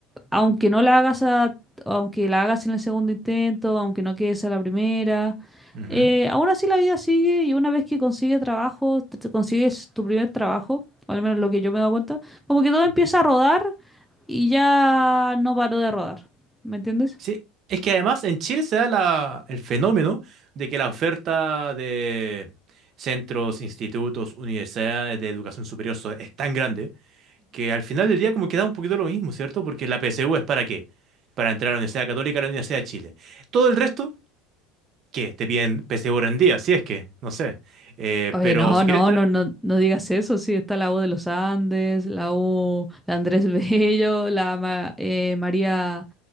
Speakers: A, in the centre; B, on the right (about 45°).
A: aunque no la hagas a- aunque la hagas en el segundo intento, aunque no quedes a la primera,
B: Ujú,
A: eh, aún así la vida sigue y una vez que consigues trabajo, te- te consigues tu primer trabajo, o al menos lo que yo me he dado cuenta, como que todo empieza
B: ujú.
A: a rodar y ya no paró de rodar, ¿me entiendes?
B: Sí, es que además en Chile se da la- el fenómeno de que la oferta de centros, institutos, universidades de educación superior so- es tan grande que al final del día como que da un poquito lo mismo, ¿cierto? Porque la PSU es para qué? Para entrar a la Universidad Católica, a la Universidad de Chile. Todo el resto que te piden PSU rendida, si es que, no sé. Eh,
A: Oye,
B: pero
A: no,
B: si
A: no,
B: quieres entrar
A: no, no, no digas eso. Sí, está la U de los Andes, la U, la Andrés <laughs> Bello, la Ma- eh, María.